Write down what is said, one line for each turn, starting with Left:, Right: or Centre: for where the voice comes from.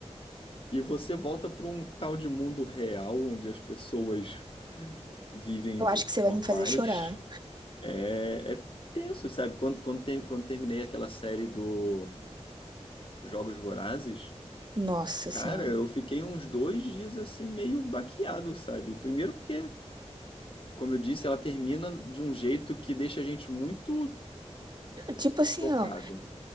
Left: E você volta para um tal de mundo real onde as pessoas vivem
Right: Eu
Left: vidas
Right: acho que você vai
Left: normais.
Right: me fazer chorar.
Left: É, é tenso, sabe? Quando, quando, ter- quando terminei aquela série do Jogos Vorazes,
Right: Nossa
Left: cara,
Right: senhora.
Left: eu fiquei uns dois dias assim, meio baqueado, sabe? Primeiro porque, como eu disse, ela termina de um jeito que deixa a gente muito
Right: Tipo assim,
Left: chocado.
Right: ó.